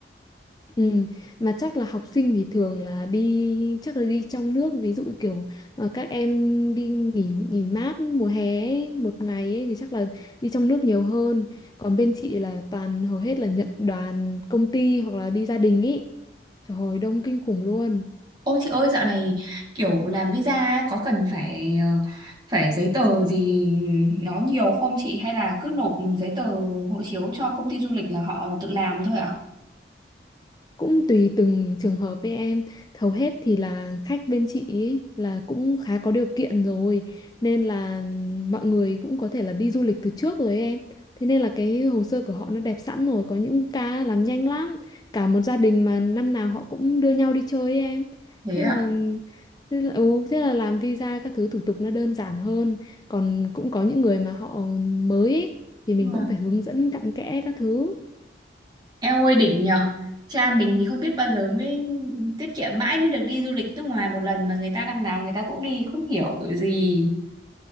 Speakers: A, on the left; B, on the right.
A: Ừ, mà chắc là học sinh thì thường là đi chắc là đi trong nước ví dụ kiểu ờ, các em đi nghỉ nghỉ mát mùa hè ấy, một ngày ấy, thì chắc là đi trong nước nhiều hơn còn bên chị là toàn hầu hết là nhận đoàn công ty hoặc là đi gia đình ý trời ơi đông kinh khủng luôn
B: Ôi chị ơi dạo này kiểu làm visa ấy, có cần phải ờ, phải giấy tờ gì nó nhiều không chị hay là cứ nộp giấy tờ hộ chiếu cho công ty du lịch là họ tự làm thôi ạ?
A: cũng tùy từng trường hợp với em hầu hết thì là khách bên chị ý là cũng khá có điều kiện rồi nên là mọi người cũng có thể là đi du lịch từ trước rồi ấy em thế nên là cái hồ sơ của họ nó đẹp sẵn rồi có những ca làm nhanh lắm cả một gia đình mà năm nào họ cũng đưa nhau đi chơi ấy em
B: Thế
A: thế
B: ạ.
A: là thế là, ừ, thế là làm visa các thứ thủ tục nó đơn giản hơn còn cũng có những người mà họ mới ấy, thì mình
B: Nhưng mà
A: cũng phải hướng dẫn cặn kẽ các thứ
B: eo ơi đỉnh nhờ. Cha mình thì không biết bao giờ mới tiết kiệm mãi mới được đi du lịch nước ngoài một lần mà người ta năm nào người ta cũng đi không hiểu kiểu gì.